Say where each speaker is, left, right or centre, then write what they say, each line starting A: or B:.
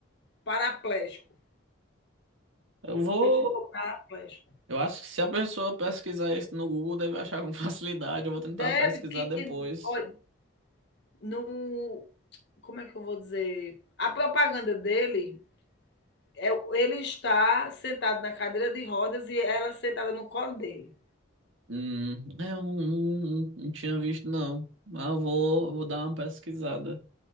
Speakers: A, on the left; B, on the right.
A: paraplégico.
B: Eu vou.
A: Ele ficou paraplégico.
B: Eu acho que se a pessoa pesquisar isso no Google, deve achar com <laughs> facilidade. Eu vou tentar
A: Deve
B: pesquisar
A: que,
B: depois.
A: olha, no, como é que eu vou dizer? A propaganda dele é ele está sentado na cadeira de rodas e ela sentada no colo dele,
B: Hum, é, eu não, não- não- não tinha visto, não. Mas eu vou, vou dar uma pesquisada.